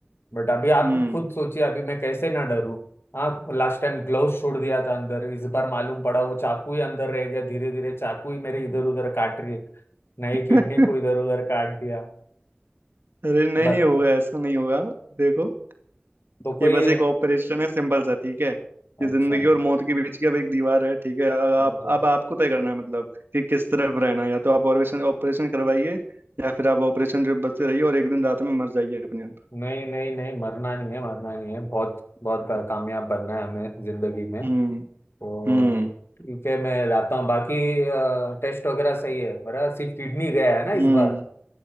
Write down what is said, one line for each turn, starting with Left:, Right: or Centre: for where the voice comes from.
Left: बट अभी आप
Right: हम्म
Left: खुद सोचिए अभी मैं कैसे ना डरूं हाँ लास्ट टाइम ग्लव्स छोड़ दिया था अंदर इस बार मालूम पड़ा वो चाकू ही अंदर रह गया धीरे धीरे चाकू ही मेरे इधर उधर काट रही है नई
Right: <laughs>
Left: किडनी को इधर उधर काट दिया
Right: अरे नहीं
Left: बट
Right: होगा
Left: तो
Right: ऐसा नहीं होगा देखो
Left: तो कोई
Right: ये बस एक ऑपरेशन है सिंपल सा ठीक है ये
Left: अच्छा
Right: जिंदगी और मौत के बीच की अब एक दीवार है ठीक है अब आप
Left: अरे
Right: अब आपको तय करना है मतलब कि किस तरफ रहना है या तो आप ऑपरेशन ऑपरेशन करवाइए या फिर आप ऑपरेशन जो बचते रहिए और एक दिन रात में मर जाइए अपने आप
Left: नहीं नहीं नहीं मरना नहीं है मरना नहीं है बहुत बहुत कामयाब बनना है हमें जिंदगी में
Right: हम्म
Left: तो
Right: हम्म
Left: ठीक है मैं लाता हूँ बाकी टेस्ट वगैरह सही है मेरा सिर्फ किडनी गया है ना
Right: हम्म
Left: इस बार